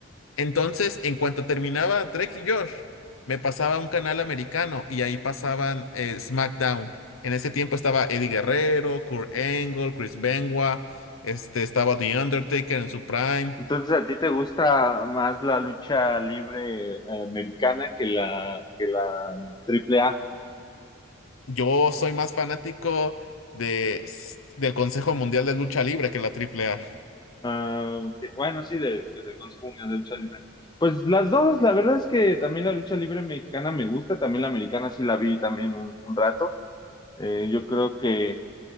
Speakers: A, on the left; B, on the left.
A: Entonces, en cuanto terminaba Drake y Josh, me pasaba a un canal americano y ahí pasaban eh, SmackDown. En ese tiempo estaba Eddie Guerrero, Kurt Angle, Chris Benoit, este, estaba The Undertaker en su prime.
B: Entonces, ¿a ti te gusta más la lucha libre eh, americana que la, que la A. A A?
A: Yo soy más fanático de, s- del Consejo Mundial de Lucha Libre que la Triple A.
B: Ah, ok. bueno, sí, del, del Consejo Mundial de Lucha Libre. Pues las dos, la verdad es que también la lucha libre mexicana me gusta, también la americana sí la vi también un, un rato. Eh, yo creo que